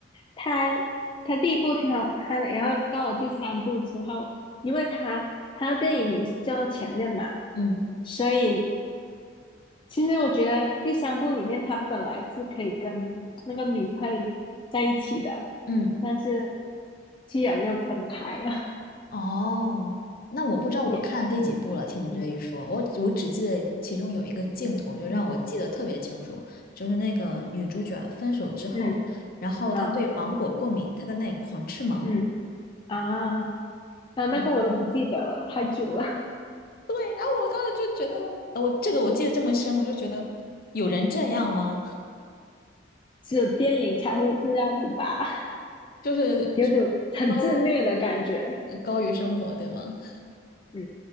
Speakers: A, on the left; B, on the left.
A: 他他第一部挺好看的，然后到了第三部之后，因为他他的电影名是叫做《前任》嘛，
B: 嗯
A: 所以其实我觉得第三部里面他本来是可以跟那个女配在一起的，
B: 嗯。
A: 但是既然要分开了，<laughs>
B: 哦，那我不知道我看了第几部了。
A: 也
B: 听你这一说，
A: 嗯
B: 我我只记得其中有一个镜头，就让我记得特别清楚，
A: 嗯
B: 就是那个女主角分手之后，
A: 嗯
B: 然后她对芒果过敏，
A: 啊
B: 她在那里狂吃芒果。
A: 嗯啊啊，那个我都不记得了，
B: 然后
A: 太久了。
B: 对，然后我当时就觉得，呃我这个我记得这么深，
A: <laughs> 嗯，
B: 我就觉得有人这样吗？
A: 只有电影才会这样子吧，
B: 就是
A: <laughs> 有种很自虐的感觉。
B: 高于呃高于生活，对吗？
A: 嗯，